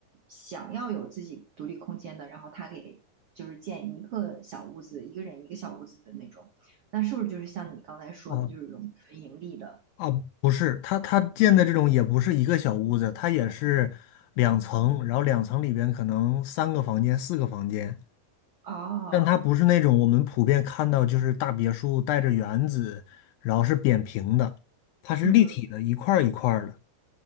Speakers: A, on the right; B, on the left.
A: 想要有自己独立空间的，然后他给就是建一个小屋子，一个人一个小屋子的那种，那是不是就是像你刚才说的，
B: 啊
A: 就是这种纯盈利的？
B: 啊，不是，它它建的这种也不是一个小屋子，它也是两层，然后两层里边可能三个房间、四个房间，
A: 哦，
B: 但它不是那种我们普遍看到就是大别墅带着园子，然后是扁平的，它是立体的，
A: 嗯嗯，
B: 一块儿一块儿的，